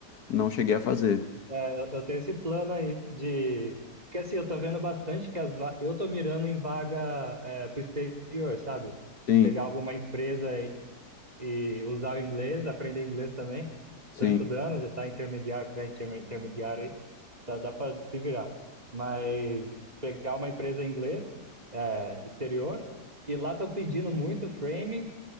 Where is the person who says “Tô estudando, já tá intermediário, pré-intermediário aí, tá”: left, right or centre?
Right